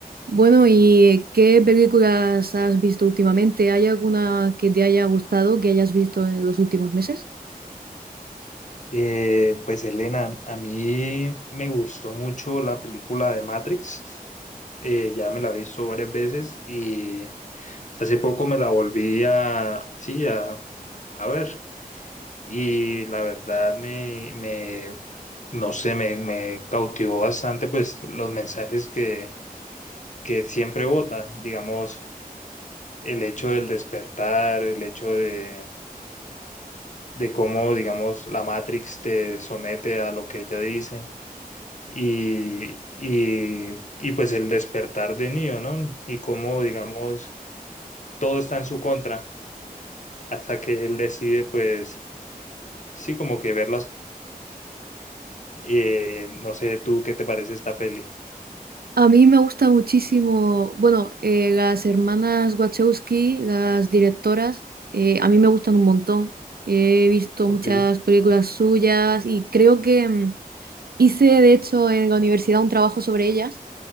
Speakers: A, on the right; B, on the left.
A: Bueno, ¿y qué películas has visto últimamente? ¿Hay alguna que te haya gustado, que hayas visto en los últimos meses?
B: Eh, pues Elena, a mí me gustó mucho la película de Matrix, eh, ya me la he visto varias veces y hace poco me la volví a, sí, a, a ver y la verdad me, me no sé, me, me cautivó bastante pues los mensajes que, que siempre vota, digamos, el hecho del despertar, el hecho de, de cómo, digamos, la Matrix te somete a lo que ella dice y, y, y pues el despertar de Neo, ¿no? Y cómo, digamos, todo está en su contra hasta que él decide, pues, sí, como que verlas. Eh, no sé, ¿tú qué te parece esta peli?
A: A mí me gusta muchísimo, bueno, eh, las hermanas Wachowski, las directoras, eh, a mí me gustan un montón. He visto
B: Ok,
A: muchas películas suyas y creo que mm, hice, de hecho, en la universidad un trabajo sobre ellas.